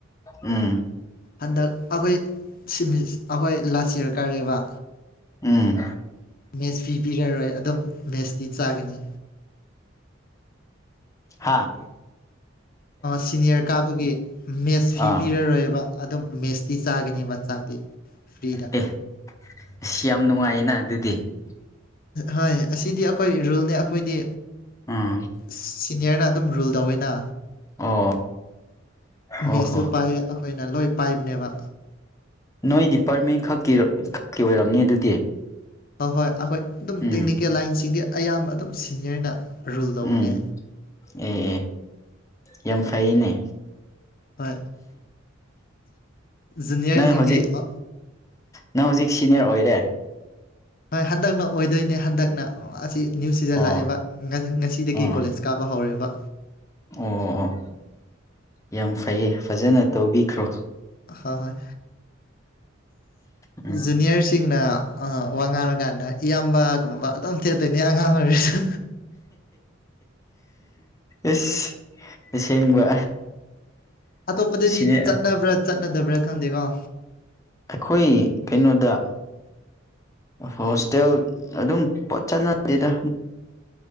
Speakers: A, on the left (about 15°); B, on the left (about 45°).
A: ꯎꯝ
B: ꯍꯟꯗꯛ ꯑꯩꯈꯣꯏ ꯑꯩꯈꯣꯏ ꯂꯥꯁ ꯌꯔ ꯀꯥꯔꯤꯌꯦꯕ
A: ꯎꯝ
B: ꯃꯦꯁ ꯐꯤ ꯄꯤꯔꯔꯣꯏ ꯑꯗꯨꯝ ꯃꯦꯁꯇꯤ ꯆꯥꯒꯅꯤ
A: ꯍꯥꯥ
B: ꯁꯤꯅꯤꯌꯔ ꯀꯥꯕꯒꯤ ꯃꯦꯁ ꯐꯤ
A: ꯑꯥ
B: ꯄꯤꯔꯔꯣꯏꯕ ꯑꯗꯨꯝ ꯃꯦꯁꯇꯤ ꯆꯥꯒꯅꯤꯕ ꯆꯥꯛꯇꯤ ꯐ꯭ꯔꯤꯗ
A: ꯑꯦ ꯑꯁ ꯌꯥꯝ <unintelligible>
B: ꯍꯣꯏ ꯑꯁꯤꯗꯤ ꯑꯩꯈꯣꯏꯒꯤ ꯔꯨꯜꯅꯦ ꯑꯩꯈꯣꯏꯗꯤ
A: ꯎꯝ
B: ꯁꯤꯅꯤꯌꯔꯅ ꯑꯗꯨꯝ ꯔꯨꯜ ꯇꯧꯋꯤꯅ
A: ꯑꯣ ꯑꯣ
B: ꯃꯦꯁꯁꯨ
A: ꯍꯣ
B: ꯄꯥꯏ ꯑꯩꯈꯣꯏꯅ ꯂꯣꯏ ꯄꯥꯏꯕꯅꯦꯕ
A: ꯅꯣꯏ ꯗꯤꯄꯥꯔꯠꯃꯦꯟꯠ ꯈꯛꯀꯤ ꯈꯛꯀꯤ ꯑꯣꯏꯔꯝꯅꯤ ꯑꯗꯨꯗꯤ
B: ꯍꯣꯏ ꯍꯣꯏ ꯑꯩꯈꯣꯏ ꯑꯗꯨꯝ
A: ꯎꯝ
B: ꯇꯦꯛꯅꯤꯀꯦꯜ ꯂꯥꯏꯟꯁꯤꯡꯗꯤ ꯑꯌꯥꯝꯕ ꯑꯗꯨꯝ ꯁꯤꯅꯤꯌꯔꯅ ꯔꯨꯜ ꯇꯧꯕꯅꯦ
A: ꯎꯝ ꯑꯦ ꯑꯦ ꯌꯥꯝ ꯐꯩꯌꯦꯅꯦ
B: ꯍꯣꯏ ꯖꯨꯅꯤꯌꯔꯁꯤꯡꯗꯤ
A: ꯅꯪ ꯍꯧꯖꯤꯛ
B: ꯃ
A: ꯅꯪ ꯍꯧꯖꯤꯛ ꯁꯤꯅꯤꯌꯔ ꯑꯣꯏꯔꯦ
B: ꯍꯣꯏ ꯍꯟꯗꯛꯅ ꯑꯣꯏꯗꯣꯏꯅꯦ ꯍꯟꯗꯛꯅ ꯁꯤ ꯅ꯭ꯌꯨ ꯁꯤꯖꯟ
A: ꯑꯣ
B: ꯂꯥꯛꯑꯦꯕ ꯉꯁꯤꯗꯒꯤ
A: ꯑꯥ
B: ꯀꯣꯂꯦꯖ ꯀꯥꯕ ꯍꯧꯔꯦꯕ
A: ꯑꯣ ꯑꯣ ꯌꯥꯝ ꯐꯩꯌꯦ ꯐꯖꯅ ꯇꯧꯕꯤꯈ꯭ꯔꯣ
B: ꯍꯣꯏ ꯍꯣꯏ
A: ꯎꯝ
B: ꯖꯨꯅꯤꯌꯔꯁꯤꯡꯅ ꯑꯥ ꯋꯥ ꯉꯥꯡꯂꯀꯥꯟꯗ ꯏꯌꯥꯝꯕꯒꯨꯝꯕ ꯑꯗꯨꯝ ꯊꯦꯠꯇꯣꯏꯅꯦ ꯑꯉꯥꯡ ꯑꯣꯏꯔꯁꯨ
A: ꯑꯁ ꯑꯁꯦꯡꯕ
B: ꯑꯇꯣꯞꯄꯗꯗꯤ
A: ꯁꯤꯅꯦ
B: ꯆꯠꯅꯕ꯭ꯔꯥ ꯆꯠꯅꯗꯕ꯭ꯔꯥ ꯈꯪꯗꯦꯀꯣ
A: ꯑꯩꯈꯣꯏ ꯀꯩꯅꯣꯗ ꯍꯣꯁꯇꯦꯜ ꯑꯗꯨꯝ ꯄꯣꯠ ꯆꯠꯅꯗꯦꯗ